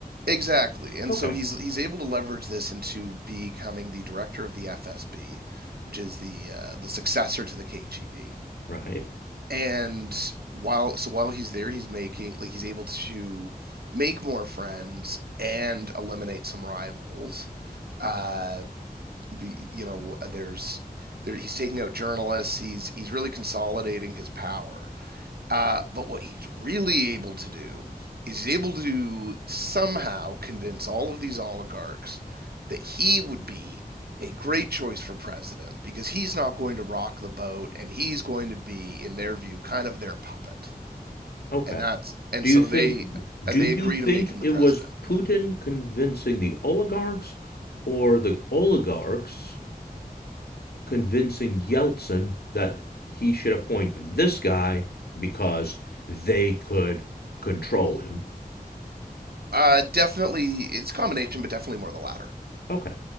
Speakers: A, on the right; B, on the left.
A: exactly. And
B: Okay.
A: so he's he's able to leverage this into becoming the director of the FSB, which is the uh, the successor to the KGB.
B: Right.
A: And while so while he's there, he's making like he's able to make more friends and eliminate some rivals. Uh the you know there's there, he's taking out journalists. He's he's really consolidating his power. Uh, but what he's really able to do is he's able to somehow convince all of these oligarchs that he would be a great choice for president because he's not going to rock the boat and he's going to be in their view kind of their puppet
B: Okay.
A: and that's and
B: Do
A: so
B: you think
A: they
B: do
A: uh, they
B: you
A: agree
B: think
A: to make him the
B: it
A: president
B: was
A: for
B: Putin
A: them
B: convincing the oligarchs or the oligarchs convincing Yeltsin that he should appoint this guy because they could control him?
A: uh definitely it's a combination but definitely more the latter
B: Okay.